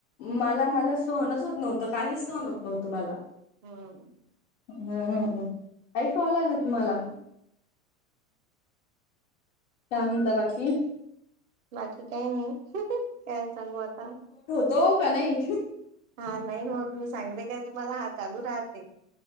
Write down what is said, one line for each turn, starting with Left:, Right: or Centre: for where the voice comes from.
Left: मला मला सहनच होत नव्हतं, काही सहन होत नव्हतं मला.
Right: हम्म.
Left: हम्म. ऐकु आला ना तुम्हाला? काय म्हणता बाकी?
Right: बाकी काही नाही. काय सांगू आता?
Left: तो का नाही
Right: हा नाही हो मी सांगले काय तुम्हाला हा चालू राहते.